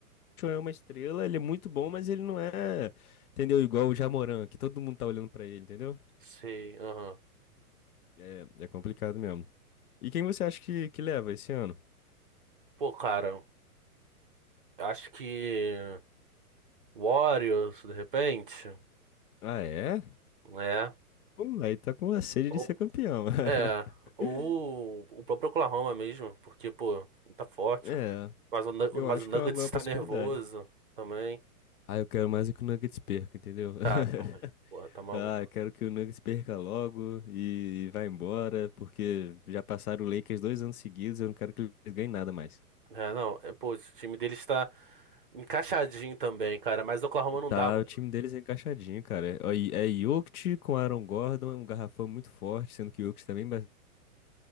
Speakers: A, on the left; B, on the right.
A: o Show é uma estrela, ele é muito bom, mas ele não é, entendeu? Igual o Jamoran, que todo mundo tá olhando pra ele, entendeu?
B: sei, aham.
A: É, é complicado mesmo. E quem você acha que, que leva esse ano?
B: Pô, cara, acho que Warriors, de repente,
A: Ah, é?
B: né?
A: Hum, aí tá com a sede
B: Ou,
A: de ser campeão. <laughs>
B: é, ou o próprio Oklahoma mesmo, porque, pô, tá forte.
A: É,
B: Mas o, Nu-
A: eu
B: mas
A: acho
B: o Nuggets
A: que é uma boa
B: está
A: possibilidade.
B: nervoso também.
A: Ah, eu quero mais é que o Nuggets perca, entendeu? <laughs>
B: Tá, também. Porra, tá maluco.
A: Ah, eu quero que o Nuggets perca logo e vá embora, porque já passaram o Lakers dois anos seguidos, eu não quero que eles ganhem nada mais.
B: É, não. É, pô, o time dele está encaixadinho também, cara. Mas o Oklahoma não
A: Tá,
B: dá, mano.
A: o time deles é encaixadinho, cara. É, Ó, e- É Jokic com Aaron Gordon, é um garrafão muito forte, sendo que o Jokic também... mas